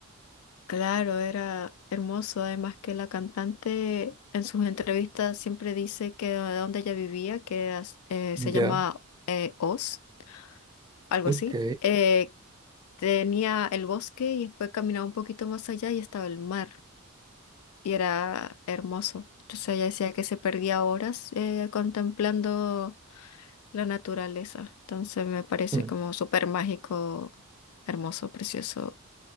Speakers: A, on the left; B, on the right.
A: Claro, era hermoso. Además que la cantante en sus entrevistas siempre dice que de donde ella vivía, que as- eh,
B: Ya,
A: se llama eh, Oz, algo
B: ok.
A: así, eh, tenía el bosque y después caminaba un poquito más allá y estaba el mar. Y era hermoso. Entonces ella decía que se perdía horas eh, contemplando la naturaleza. Entonces me parece
B: Hmm.
A: como súper mágico, hermoso, precioso.